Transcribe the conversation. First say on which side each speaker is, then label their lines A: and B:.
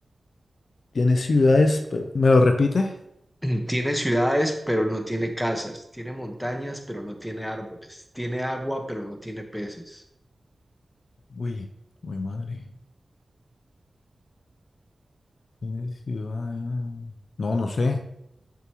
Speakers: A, on the left; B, on the left.
A: Tiene ciudades, pe- ¿me lo repite?
B: <clears throat> Tiene ciudades, pero no tiene casas. Tiene montañas, pero no tiene árboles. Tiene agua, pero no tiene peces.
A: Uy, uy, madre. Tiene ciudades. No, no sé,